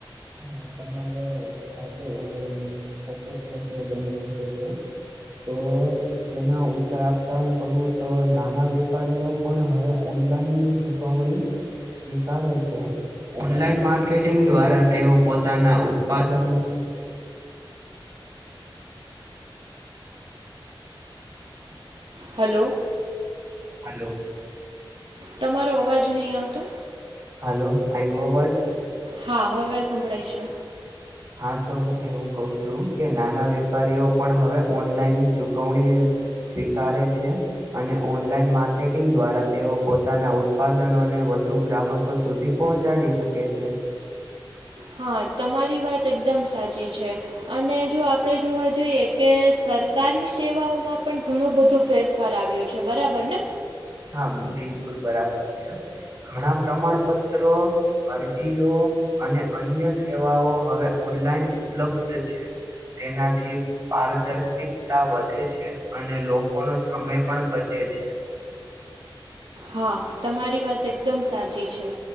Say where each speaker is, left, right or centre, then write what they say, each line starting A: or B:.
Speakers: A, on the right; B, on the right.
A: હા એ તમારો સાચો ચોક્કસ પ્રશ્ન બની શકે છે. તો તેનો ઉત્તર આપતા હું કહું તો નાના વેપારીઓ પણ હવે ઓનલાઈન ની સાવણી ઉતારે છે ઓનલાન માર્કેટિંગ દ્વારા તેઓ પો પોતા ના ઉત્પાદનો
B: હાલો.
A: હાલો.
B: તમારો અવાજ નહીં આવતો.
A: હાલો આઈવો અવાજ?
B: હા હવે સંભળાય છે.
A: હા તો હું એવું કું છું કે નાના વેપારીઓ પણ હવે ઓનલાઈનની ચુકવણી સ્વીકારે છે. અને ઓનલાઈન માર્કેટિંગ દ્વારા તેઓ પોતાના ઉત્પાદનોને વધુ ગ્રાહકો સુધી પહોંચાડી શકે છે.
B: હા તમારી વાત એકદમ સાચી છે. અને જો આપણે જોવા જઈએ કે સરકારી સેવાઓમાં પણ ઘણો બધો ફેરફાર આવ્યો છે બરાબર ને?
A: હા બિલકુલ બરાબર છે. ઘણા પ્રમાણપત્રો અરજીઓ અને અન્ય સેવાઓ હવે ઓનલાઈન ઉપલબ્ધ છે. તેનાથી પારદર્શિતતા વધે છે અને લોકોનો સમય પણ બચે છે.
B: હા તમારી વાત એકદમ સાચી છે.